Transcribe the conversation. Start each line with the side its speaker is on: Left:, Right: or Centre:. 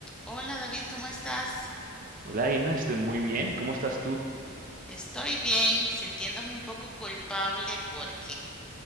Centre: Hola David, ¿cómo estás?
Right: Hola, Ina, estoy muy bien. ¿Cómo estás tú?
Centre: Estoy bien, sintiéndome un poco culpable porque